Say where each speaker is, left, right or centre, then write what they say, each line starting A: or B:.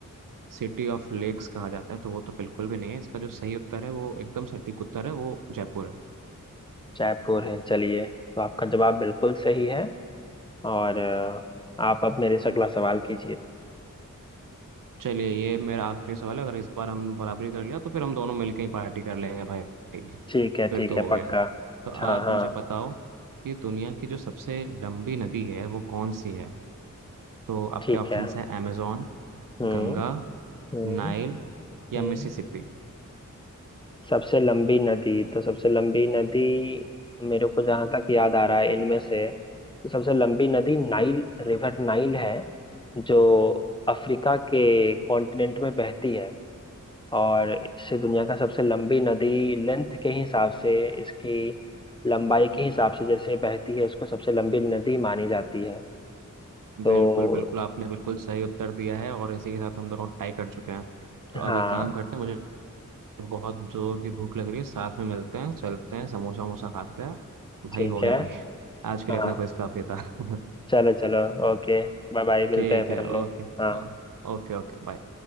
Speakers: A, on the right; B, on the left.
A: सिटी ऑफ लेक्स कहा जाता है तो वो तो बिल्कुल भी नहीं है इसका जो सही उत्तर है वो एकदम सटीक उत्तर है वो जयपुर है
B: जयपुर है चलिए तो आपका जवाब बिल्कुल सही है और अ, आप अब मेरे से अगला सवाल कीजिए
A: चलिए ये मेरा आखिरी सवाल है अगर इस बार हम बराबरी कर लिया तो फिर हम दोनों मिलके ही पार्टी कर लेंगे भाई
B: ठीक है
A: फिर
B: ठीक
A: तो
B: है
A: हो गया
B: पक्का
A: तो आप
B: हाँ हाँ
A: मुझे बताओ कि दुनिया की जो सबसे लंबी नदी है वो कौन सी है तो आपके
B: ठीक
A: ऑप्शंस
B: है
A: हैं amazon
B: हम्म
A: गंगा
B: हम्म
A: नाइल या
B: हम्म
A: मिसिसिपी
B: सबसे लंबी नदी तो सबसे लंबी नदी मेरे को जहां तक याद आ रहा है इनमें से तो सबसे लंबी नदी नाइल रिवर नाइल है जो अफ्रीका के कॉन्टिनेंट में बहती है और इसे दुनिया का सबसे लंबी नदी लेंथ के हिसाब से इसकी लंबाई के हिसाब से जैसे बहती है इसको सबसे लंबी नदी मानी जाती है तो
A: बिल्कुल बिल्कुल आपने बिल्कुल सही उत्तर दिया है और इसी के साथ हम दोनों टाई कर चुके हैं तो
B: हाँ
A: अब एक काम करते हैं मुझे बहुत जोर की भूख लग रही है साथ में मिलते हैं चलते हैं समोसा वमोसा खाते हैं भाई
B: ठीक
A: हो गया
B: है
A: भाई आज के
B: हाँ
A: लिए इतना कुछ काफी था <laughs>
B: चलो चलो ओके बाय बाय
A: ठीक
B: मिलते हैं फिर
A: है
B: हम लोग
A: ओके
B: हाँ
A: Okay okay bye